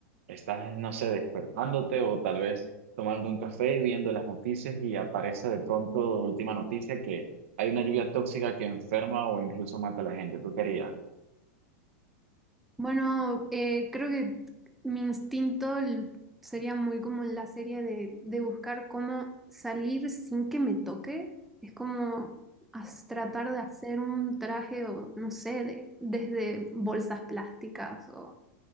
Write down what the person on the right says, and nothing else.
estás, no sé, despertándote o tal vez tomando un café, viendo las noticias y aparece de pronto última noticia que hay una lluvia tóxica que enferma o incluso mata a la gente. ¿Tú querías?